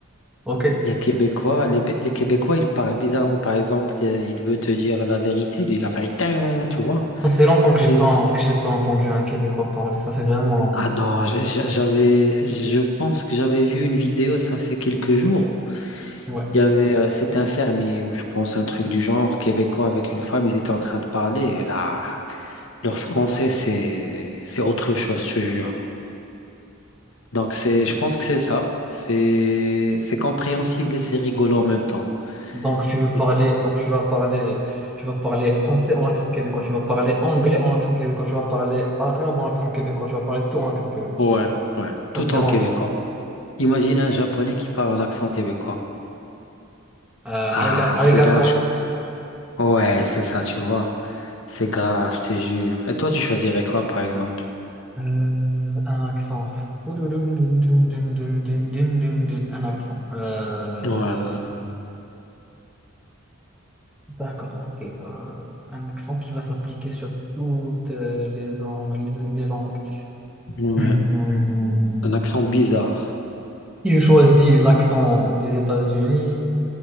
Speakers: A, in the centre; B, on the left (about 70°).
A: Ok.
B: Les Québécois, les, Bé- les Québécois, ils parlent bizarrement. Par exemple, euh, il veut te dire la vérité, il dit la vérité, hein, tu vois.
A: Ça fait longtemps que
B: C'est...
A: j'ai pas, que j'ai pas entendu un Québécois parler. Ça fait vraiment longtemps.
B: Ah non, j- j- j'avais, je pense que j'avais vu une vidéo, ça fait quelques jours.
A: Ouais.
B: Il y avait, euh, c'était un fermier, ou je pense un truc du genre, Québécois avec une femme, ils étaient en train de parler. et là, leur français, c'est, c'est autre chose, je te jure. Donc c'est, je pense que c'est ça. C'est, c'est compréhensible et c'est rigolo en même temps.
A: Donc tu veux
B: Et-
A: parler, donc tu vas parler, tu vas parler français en accent québécois, tu vas parler anglais en accent québécois, tu vas parler arabe en accent québécois, tu vas parler tout en accent québécois.
B: Ouais, ouais, tout
A: Ça te dérange
B: en québécois.
A: pas.
B: Imagine un Japonais qui parle en accent québécois.
A: Euh,
B: Ah,
A: ariga-
B: c'est
A: arigato,
B: grave. je- Ouais, c'est ça, tu vois. C'est grave, je te jure. Et toi, tu choisirais quoi, par exemple?
A: euh, un accent. Un accent. Euh,
B: Ouais,
A: d'accord, ok. Euh, un accent qui va s'appliquer sur toutes euh, les, ang- les les langues.
B: ouais.
A: Hmm.
B: Un accent bizarre.
A: Si je choisis l'accent des États-Unis.